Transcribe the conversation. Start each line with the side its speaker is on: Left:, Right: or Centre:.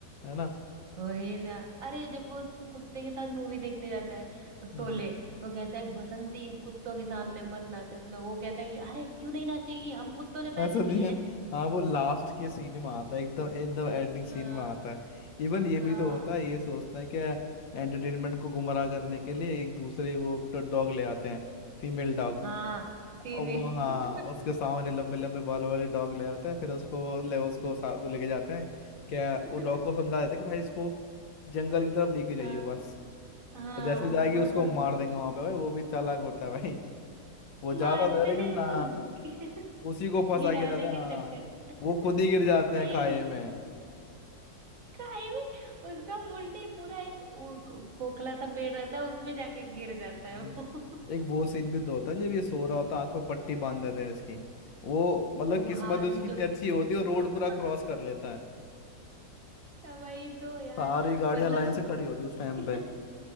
Left: है ना
Right: वही ना अरे जब वो उस कुत्ते के साथ मूवी देखने जाता है
Left: हम्म
Right: शोले तो कहता है बसंती इन कुत्तों के सामने मत नाचे ना वो कहता है कि अरे क्यों नहीं नाचेगी हम कुत्तों ने पैसे
Left: ऐसा नहीं
Right: दिए
Left: है
Right: हैं
Left: हाँ वो लास्ट के सीन में आता है एकदम एकदम एंडिंग सीन
Right: हाँ
Left: में आता है इवन ये
Right: हाँ
Left: भी तो होता है ये सोचते हैं कि एंटरटेनमेंट को गुमराह करने के लिए एक दूसरे वो डॉग ले आते हैं फीमेल डॉग
Right: हाँ फीमेल
Left: और वो हाँ उसके सामने लंबे लंबे बाल वाले डॉग ले आता है फिर उसको ले उसको सा, वो लेके जाते हैं क्या
Right: <laughs>
Left: वो डॉग को समझा देते हैं कि भाई इसको जंगल की तरफ लेके जाइए
Right: हाँ
Left: बस
Right: हाँ
Left: और जैसे जाएगी
Right: हाँ
Left: उसको मार देंगे वहां पे भाई वो भी चालाक होता है भाई वो जाता
Right: मारते
Left: था लेकिन
Right: नहीं
Left: ना
Right: उसको <laughs> गि-
Left: उसी को फंसा
Right: गिराने
Left: के रहता है
Right: के
Left: हाँ
Right: चक्कर <laughs>
Left: वो खुद ही गिर जाते
Right: वही
Left: हैं खाए में
Right: काई में उसका मुंडी पूरा एक वो खोखला सा पेड़ रहता है उसमें जाके गिर जाता है
Left: वही।
Right: वो <laughs>
Left: एक वो सीन भी तो होता है जब ये सो रहा होता है आंख में पट्टी बांध देते हैं इसकी वो मतलब
Right: अब
Left: किस्मत
Right: हाँ
Left: उसकी इतनी
Right: जब
Left: अच्छी होती है वो
Right: <laughs>
Left: रोड पूरा क्रॉस कर लेता है
Right: वही तो यार
Left: सारी गाड़ियां
Right: मतलब
Left: लाइन
Right: वो
Left: से खड़ी होती है उस टाइम
Right: <laughs>
Left: पे